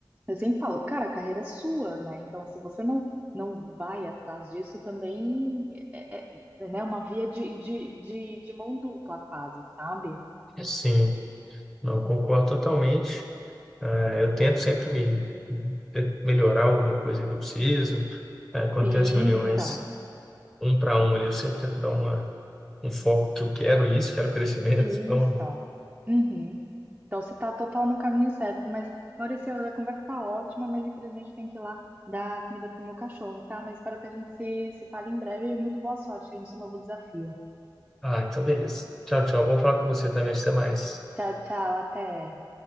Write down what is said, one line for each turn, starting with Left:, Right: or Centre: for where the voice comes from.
Right: eu sempre falo, cara, a carreira é sua, né? Então, se você não não vai atrás disso, também é, é- é, né, uma via de, de, de, de mão dupla, quase, sabe?
Centre: Sim, não concordo totalmente. Eh, eu tento
Right: É.
Centre: sempre me te- melhorar alguma coisa que eu preciso. Eh, quando
Right: Sim,
Centre: tem as reuniões
Right: então.
Centre: um para um ali, eu sempre tento dar uma, um foco que eu quero isso, quero crescimento.
Right: Isso.
Centre: Então,
Right: Uhum. Então, você está total no caminho certo. Mas, Maurício, a conversa tá ótima, mas infelizmente eu tenho que ir lá dar comida pro meu cachorro, tá? Mas espero que a gente se, se fale em breve e muito boa sorte aí no seu novo desafio.
Centre: Ah, então beleza. Tchau, tchau. Bom falar com você também. Até mais.
Right: Tchau, tchau, até.